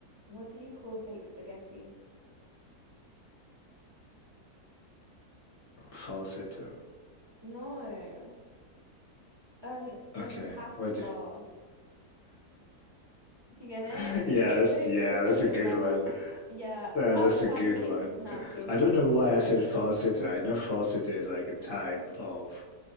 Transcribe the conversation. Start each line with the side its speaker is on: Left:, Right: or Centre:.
Right: What do you call fake spaghetti?
Left: Falsetto.
Right: No. An impasta.
Left: Okay. What do
Right: Do you get it?
Left: <laughs> Yeah,
Right: Okay,
Left: that's
Right: you know, it
Left: yeah,
Right: was funny
Left: that's a good
Right: in my
Left: one.
Right: head. Yeah,
Left: Yeah,
Right: I
Left: that's
Right: was
Left: a
Right: trying
Left: good
Right: to make
Left: one.
Right: the pronunciation
Left: I don't know why I
Right: on
Left: said
Right: point.
Left: falsetto. I know falsetto is like a type of